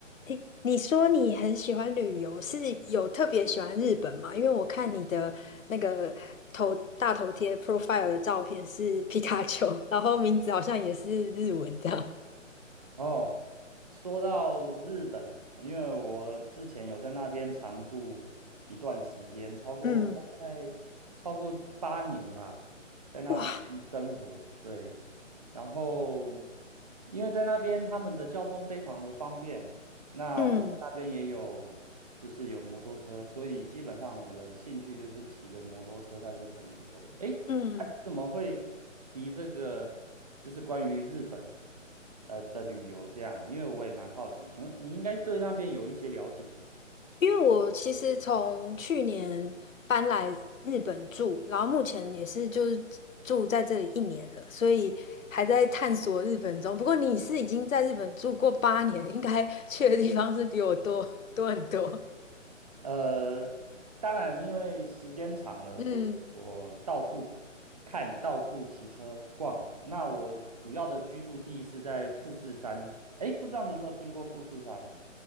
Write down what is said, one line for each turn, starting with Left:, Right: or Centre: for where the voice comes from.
Left: 诶，你说你很喜欢旅游，是有特别喜欢日本吗？因为我看你的那个头大头贴 profile 的照片是 <laughs> 皮卡丘，然后名字好像也是日文这样。
Right: 哦，说到日本，因为我之前有在那边常住一段时间，超过大概超过八年吧，
Left: 嗯，
Right: 在那边生活。
Left: 哇，
Right: 对，然后因为在那边他们的交通非常的方便，那我在那边也有就是有摩托车，
Left: 嗯
Right: 所以基本上我的兴趣就是骑着摩托车在日本旅游。诶，
Left: 嗯，
Right: 啊你怎么会提这个？就是关于日本呃的旅游这样，因为我也蛮好奇，请问你应该对那边有一些了解吧？
Left: 因为我其实从去年搬来日本住，然后目前也是就是住在这里一年了，所以还在探索日本中。不过你是已经在日本住过八年，应该去的地方是比我多多很多。
Right: 呃，当然，因为时间长了，
Left: 嗯，
Right: 所以我到处跑看，到处骑车逛。那我主要的居住地是在富士山，哎，不知道你有没有听过富士山？